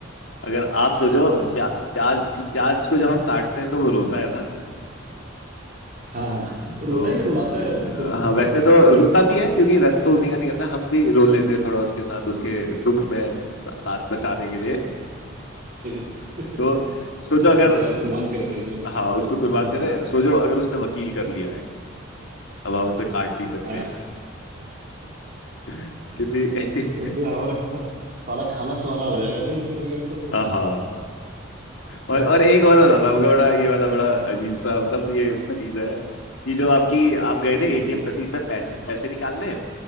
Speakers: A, on the left; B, on the right.
A: अगर आप सोचो
B: हाँ
A: प्या, प्याज प्याज को जब हम काटते हैं तो वो रोता है ना
B: हाँ हाँ रोता
A: तो
B: ही
A: अ,
B: है, रुलाता है वो तो
A: हाँ वैसे तो रोता भी है क्योंकि रस तो उसी का निकलता है हम भी रो लेते हैं थोड़ा उसके साथ उसके दुख में सा- साथ बटाने के लिए
B: <laughs> सही बात।
A: तो सोचो
B: हाँ
A: अगर
B: बेचारे कुर्बान करते हैं हम लोग
A: हाँ उसको कुर्बान
B: हम्म,
A: करें सोचो अगर उसने वकील कर लिया है अब आप उसे काट नहीं सकते
B: हाँ <laughs>
A: <laughs> कितनी
B: उस दिन हमारा सा- सारा खाना सुहाना हो जाएगा भाई उसके बगैर तो
A: <laughs> हाँ और और एक और बताता हूँ आपका बड़ा ये वाला बड़ा अजीब सा मतलब ये फनी सा है कि जो आपकी आप गए थे
B: हम्म,
A: एटीएम मशीन में पैसे पैसे निकालने